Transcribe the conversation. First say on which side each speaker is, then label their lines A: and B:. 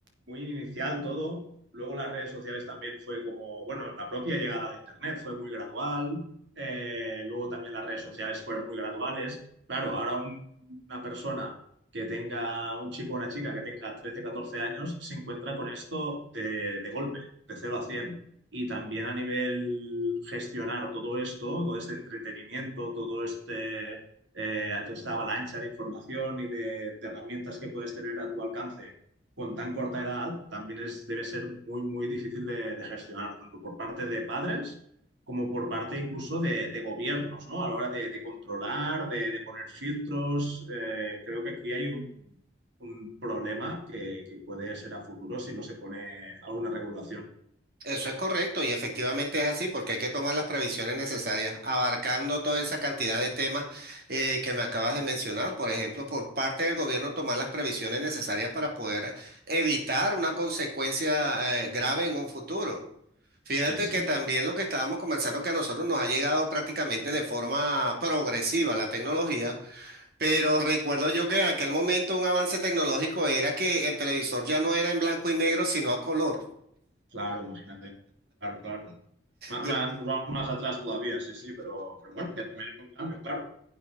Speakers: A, on the right; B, on the right.
A: muy inicial todo. Luego las redes sociales también fue como, bueno, la propia llegada de internet fue muy gradual. Eh, luego también las redes sociales fueron muy graduales. Claro, ahora un- una persona que tenga, un chico o una chica que tenga 13 14 años, se encuentra con esto de, de golpe, de cero a cien Y también a nivel gestionar todo esto, todo este entretenimiento, todo este, eh, toda esta avalancha de información y de, de herramientas que puedes tener a tu alcance con tan corta edad, también es, debe ser muy, muy difícil de de gestionar, tanto por parte de padres como por parte incluso de, de gobiernos, ¿no? A la hora de, de controlar, de, de poner filtros. eh, creo que aquí hay un, un problema que, que puede ser a futuro si no se pone alguna regulación.
B: Eso es correcto y efectivamente es así porque hay que tomar las previsiones necesarias, abarcando toda esa cantidad de temas eh, que me acabas de mencionar. Por ejemplo, por parte del gobierno tomar las previsiones necesarias para poder evitar una consecuencia eh, grave en un futuro. Fíjate
A: Sí, sí.
B: que también lo que estábamos conversando, que a nosotros nos ha llegado prácticamente de forma progresiva la tecnología, pero recuerdo yo que en aquel momento un avance tecnológico era que el televisor ya no era en blanco y negro, sino a color.
A: Claro, imagínate. Claro, claro. Má-
B: De-
A: más- nos vamos más atrás todavía, sí, sí, pero, pero bueno, que también es un cambio, claro.